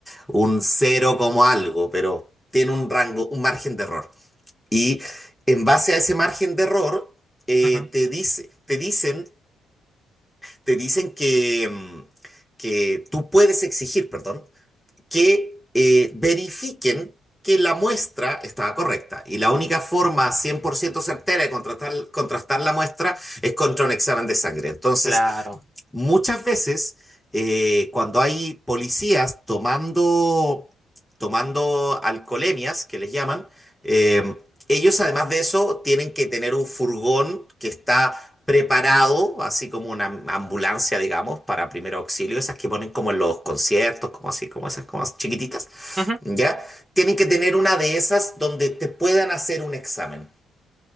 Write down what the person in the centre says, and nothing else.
un cero como algo, pero tiene un rango, un margen de error. Y en base a ese margen de error, eh,
te dice, te dicen te dicen que, mm, que tú puedes exigir, perdón, que eh, verifiquen que la muestra estaba correcta. Y la única forma 100% certera de contrastar, contrastar la muestra es contra un examen de sangre. Entonces,
Muchas veces, eh, cuando hay policías tomando, tomando alcoholemias, que les llaman, eh, ellos además de eso tienen que tener un furgón que está preparado, así como una ambulancia, digamos, para primer auxilio, esas que ponen como en los conciertos, como así, como esas, como chiquititas,
¿ya? Tienen que tener una de esas donde te puedan hacer un examen